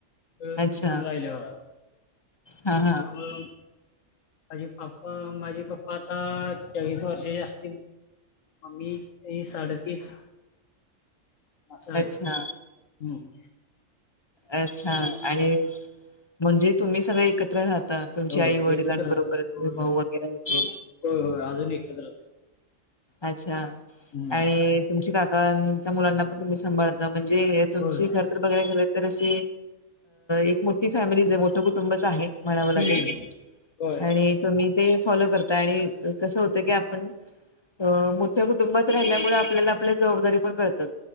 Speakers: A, on the left (about 75°); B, on the left (about 30°).
A: मिळून
B: अच्छा
A: मिसळून राहिल्यावर
B: हा हा
A: त्यामुळे माझी पप्पा माझे पप्पा आता चाळीस वर्षाचे असतील मम्मी साडेतीस अस आहे
B: अच्छा
A: हम्म.
B: अच्छा आणि म्हणजे तुम्ही सगळे एकत्र राहता? तुमच्या
A: हो
B: आई वडिलांबरोबर
A: एकत्र होय
B: भाऊ वगैरे
A: होय
B: ये
A: होय, <unintelligible>
B: अच्छा
A: हम्म.
B: आणि तुमची काकच्या मुलांना पण तुम्ही सांभाळता म्हणजे जे तुमची
A: होय
B: खरं तर बघायला गेल तर तर अशी एक मोठी फॅमिलीज आहे मोठं कुटुंबच आहे. म्हणावं
A: हम्म.
B: लागेल
A: होय
B: आणि तुम्ही ते फॉलो करत आणि कसं होत की आपण अ मोठ्या कुटुंबात राहिल्यामुळे आपल्याला आपल्या जबाबदारी पण कळतात.